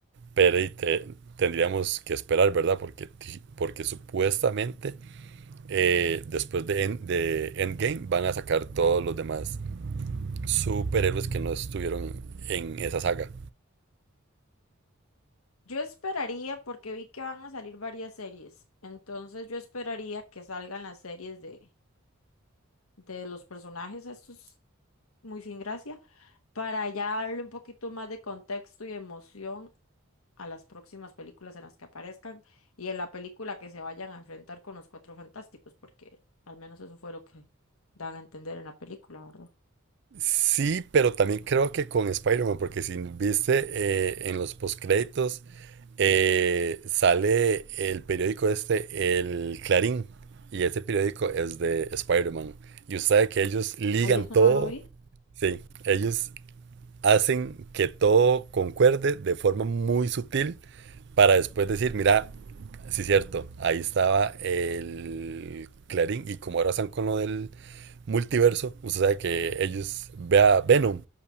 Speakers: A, on the right; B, on the left.
A: pero y te- tendríamos que esperar, ¿verdad? Porque, porque supuestamente eh, después de, en- de Endgame van a sacar todos los demás superhéroes que no estuvieron en esa saga.
B: Yo esperaría, porque vi que van a salir varias series, entonces yo esperaría que salgan las series de, de los personajes estos muy sin gracia, para ya darle un poquito más de contexto y emoción a las próximas películas en las que aparezcan y en la película que se vayan a enfrentar con los Cuatro Fantásticos, porque al menos eso fue lo que dan a entender en la película, ¿verdad?
A: Sí, pero también creo que con Spider-Man, porque si viste eh, en los postcréditos eh, sale el periódico este, el Clarín, y ese periódico es de Spider-Man. Y usted sabe que ellos ligan
B: Ahí eso
A: todo,
B: no lo vi.
A: sí, ellos hacen que todo concuerde de forma muy sutil para después decir, mira, sí es cierto, ahí estaba el Clarín y como ahora están con lo del multiverso, usted sabe que ellos vea Venom,